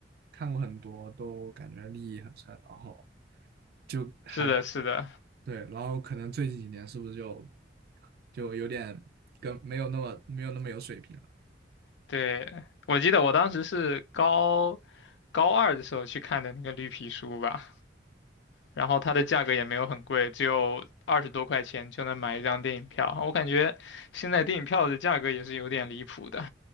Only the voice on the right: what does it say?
看过很多，都感觉利益很深，然后就还
对，然后可能最近几年是不是就就有点跟没有那么没有那么有水平了？